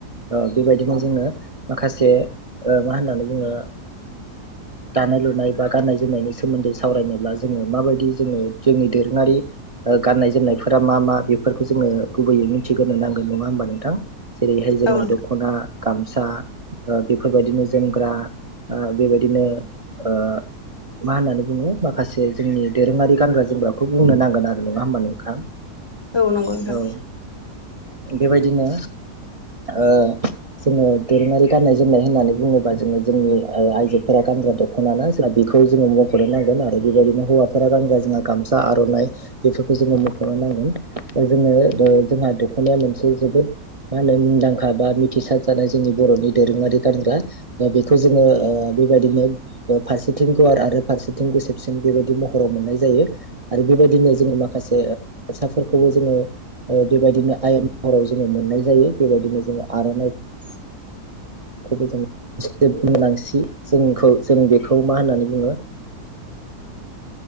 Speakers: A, on the right (about 55°); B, on the left (about 20°).
A: ओ बेबायदिनो जोङो माखासे मा होननानै बुङो दानाय लुनाय बा गाननाय जोमनायनि सोमोन्दै सावरायनोब्ला जोङो माबायदि जोङो जोंनि दोरोङारि गाननाय जोमनायफोरा मा मा बेफोरखौ जोङो ङो गुबैयै मिथिग्रोनो नांगोन नङा होमबा नोंथां जेरैहाय जोङो
B: औ नोंथां
A: दख'ना गामसा ओ बेफोरबायदिनो जोमग्रा बेबायदिनो ओ मा होननानै बुङो माखासे जोंनि दोरोङारि गानग्रा जोमग्राखौ बुंनो नांगोन आरो नङा होमबा नोंथां
B: औ नंगौ नोंथां
A: औ बेबायदिनो ओ जोङो दोरोङारि गाननाय जोमनाय होननानै बुङोबा जोङो जोंनि आइजोफोरा गान ग्रा दख' ना जों बेखौ जोङो मख'नो नांगोन आरो आरो बेबायदिनो हौवाफोरा गानग्रा जोंहा गामसा आर'नाइ बेफोरखौ जोङो मख'नो नांगोन जोङो ओ जोंहा दख'नाया मोनसे जोबोद मा होनो मुंदांखा बा मिथिसार जानाय जोंनि बर'नि दोरोङारि गानग्रा बेखौ जोङो ओ बेबायदिनो फारसेथिं गुवार आरो फारसेथिं गुसेब सिन बेबायदि महराव मोननाय जायो आरो बेबायदिनो जोङो माखासे गामसाफोरखौबो जोङो बेबायदिनो आयत महराव जोङो मोननाय जायो बेबायदिनो जोङो आर'नाइ
B: <inaudible>
A: खौबो जोङो <unintelligible> जोंखौ जों बेखौ मा होननानै बुङो